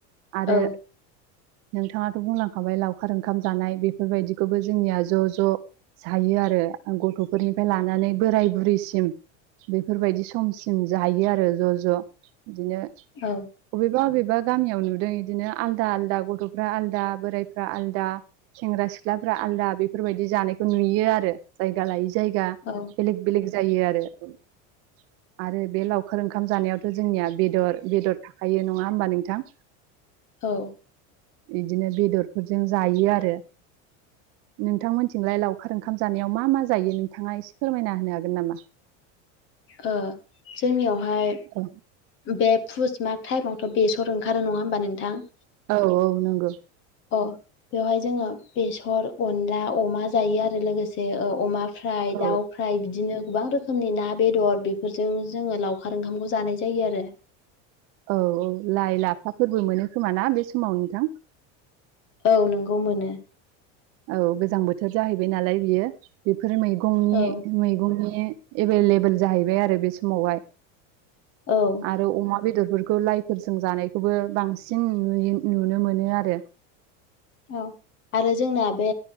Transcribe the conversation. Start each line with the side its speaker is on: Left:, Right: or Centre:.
Right: आरो
Left: औ
Right: नोंथाङाथ' बुंलांखाबाय लावखार ओंखाम जानाय बेफोरबायदिखौबो जोंनिया ज' ज' जायो आरो गथ'फोरनिफ्राय लानानै बोराय बुरैसिम बेफोरबायदि समसिम जायो आरो ज' ज' बिदिनो
Left: औ
Right: बबेबा बबेबा गामियाव नुदों यिदिनो आलदा आलदा गथ'फ्रा आलदा बोरायफ्रा आलदा सेंग्रा सिख्लाफ्रा आलदा बेफोरबायदि जानायखौ नुयो आरो जायगा लायो जायगा
Left: औ
Right: बेलेग-बेलेग जायो आरो-आरो बे लावखार ओंखाम जानायावथ' जोंनिया बेदर-बेदर थाखायो नङा होमबा नों थां
Left: औ
Right: यिदिनो बेदरफोरजों जायो आरो नोंथांमोनथिंलाय लावखार ओंखाम जानायाव मा-मा जायो नोंथाङा एसे फोरमायना होनो हागोन नामा।
Left: ओ जोंनियावहाय
Right: औ
Left: बे पुस माग टाइमावथ' बेसर ओंखारो नङा होमबा नोंथां।
Right: औ-औ नों गो
Left: अ बेवहाय जोङो बेस सर अनला अमा जायो आरो लोगोसे ओ अमा फ्र
Right: औ
Left: दाउ फ्राय बिदिनो गोबां रोखोम रोखोमनि ना बेदर बेफोरजों जोंङो लावखार ओंखामखौ जानाय जायो आरो।
Right: औ-औ लाइ लाफाफोरबो मोनो खोमा ना बे समाव नोंथां।
Left: औ नोंगौ मोनो।
Right: औ गोजां बोथोर जाहैबाय नालाय बियो। बेफोर मैगंनि-मैगंनि
Left: औ
Right: एभेलेबेल जाहैबाय आरो बे समावहाय।
Left: औ
Right: आरो अमा बेदर फोरखौ लाइफोरजों जानायखौबो बांसिन नुयो नुनो मोनो आरो।
Left: औ आरो जोंना बे